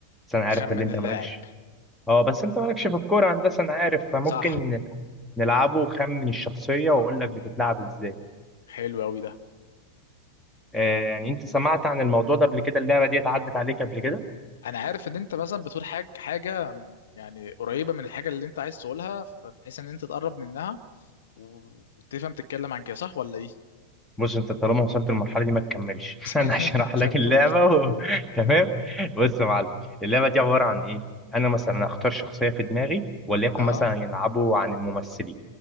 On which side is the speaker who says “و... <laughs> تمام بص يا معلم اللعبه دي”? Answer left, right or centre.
Centre